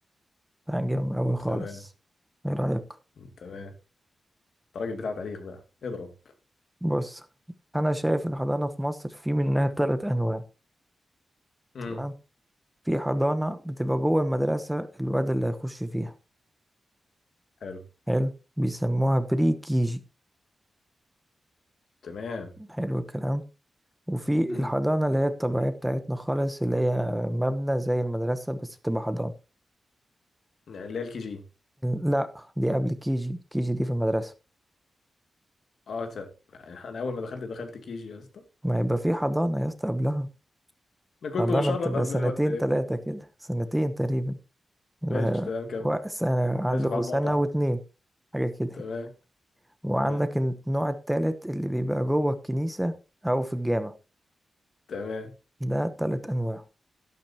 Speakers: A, in the centre; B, on the left.
A: هنجي من الأول خالص
B: تمام
A: إيه رأيك؟
B: تمام انت راجل بتاع تاريخ بقى اضرب
A: بص أنا شايف الحضانة في مصر في منها تلات أنواع
B: امم
A: تمام في حضانة بتبقى جوه المدرسة الواد اللي هيخش فيها
B: حلو
A: حلو بيسموها بري كيجي
B: تمام
A: حلو الكلام وفي
B: امم
A: الحضانة اللي هي الطبيعية بتاعتنا خالص اللي هي مبنى زي المدرسة بس بتبقى حضانة
B: اللي هي الكي جي
A: لا دي قبل كيجي كيجي دي في المدرسة
B: اه ت- انا اول ما دخلت دخلت كي جي يا اسطى
A: ما يبقى في حضانة يا اسطى قبلها
B: انا كنت
A: حضانة
B: مشرد
A: بتبقى
B: قبلها
A: سنتين
B: ولا ايه
A: تلاتة كده سنتين تقريبا يبقى
B: ماشي تمام كمل
A: وق- سنة عنده
B: اسف على
A: سنة
B: المقاطعة
A: واتنين حاجة كده
B: تمام
A: يعني. وعندك
B: تمام
A: النوع التالت اللي بيبقى جوه الكنيسة أو في الجامع
B: تمام
A: ده تلات أنواع